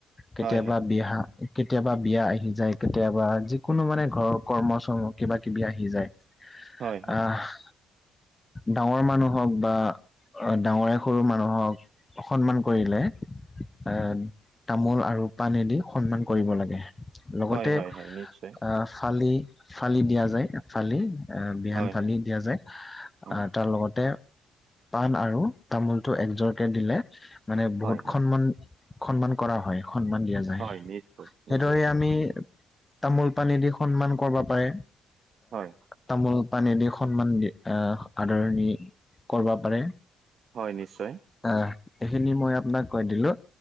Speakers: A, on the left; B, on the right.
A: কেতিয়াবা
B: হয়,
A: বিয়া কেতিয়াবা বিয়া আহি যায় কেতিয়াবা যিকোনো মানে ঘৰৰ কৰ্ম চৰ্ম কিবা কিবি আহি যায়।
B: হয়, হয়, হয়, হয়, হয়,
A: আহ। ডাঙৰ মানুহ হওক বা ডাঙৰে সৰু মানুহক সন্মান কৰিলে এ তামোল আৰু পানীদি সন্মান কৰিব লাগে লগতে
B: হয়, হয়, হয়, হয়, নিশ্চয়,
A: আহ ফালি ফালি দিয়া যায় ফালি আহ বিহান
B: হয়,
A: ফালি দিয়া যায়।
B: হয়,
A: আহ তাৰ লগতে পাণ আৰু তামোলটো একজোৰকে দিলে মানে বহুত
B: হয়,
A: সন্মান সন্মান কৰা হয় সন্মান দিয়া যায়।
B: হয়, হয়, নিশ্চয়,
A: সেইদৰে
B: নিশ্চয়,
A: আমি তামোল পানী দি সন্মান কৰিব পাৰে।
B: হয়,
A: তামোল পানেদি সন্মান দি আদৰণি কৰিব পাৰে।
B: হয় নিশ্চয়।
A: অ', এইখিনি মই আপোনাক কৈ দিলো